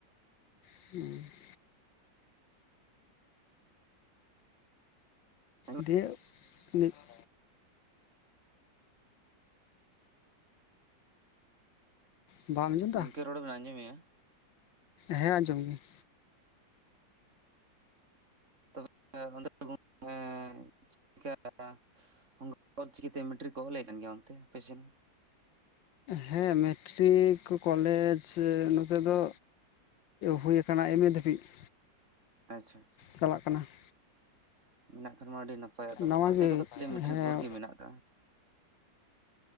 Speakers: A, on the left; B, on the right.
A: <unintelligible>
B: ᱠᱟᱱᱟ
A: ᱫᱤᱭᱮ <unintelligible> ᱵᱟᱢ ᱟᱸᱡᱚᱢᱫᱟ?
B: ᱜᱚᱢᱠᱮ ᱨᱚᱲ ᱵᱮᱱ ᱟᱸᱡᱚᱢ ᱢᱮ-ᱟ?
A: ᱦᱮᱸ ᱟᱸᱡᱚᱢ ᱜᱮ ᱾
B: <unintelligible> ᱪᱤᱠᱤᱛᱮ ᱢᱮᱴᱨᱤ ᱠᱚ ᱚᱞᱮ ᱠᱟᱱ ᱜᱮᱭᱟ ᱚᱱᱛᱮ ᱟᱯᱮ ᱥᱮᱱ?
A: ᱦᱮᱸ ᱢᱮᱴᱨᱤᱠ ᱠᱚᱞᱮᱡ ᱱᱚᱛᱮ ᱫᱚ ᱦᱩᱭ ᱟᱠᱟᱱᱟ ᱮᱢ ᱮ ᱫᱷᱟᱹᱵᱤᱡ ᱾
B: ᱟᱪᱪᱷᱟ ᱾
A: ᱪᱟᱞᱟᱜ ᱠᱟᱱᱟ ᱾
B: ᱢᱮᱱᱟᱜ ᱠᱷᱟᱱ ᱢᱟ ᱟᱹᱰᱤ ᱱᱟᱯᱟᱭ ᱟᱫᱚ
A: ᱱᱟᱣᱟ
B: ᱱᱚᱛᱮ
A: ᱜᱮ
B: ᱠᱚᱫᱚ ᱠᱷᱟᱹᱞᱤ ᱢᱮᱴᱨᱤᱠ
A: ᱦᱮᱸ
B: ᱵᱷᱳᱨ ᱜᱮ ᱢᱮᱱᱟᱜ ᱟᱠᱟᱫᱟ ᱾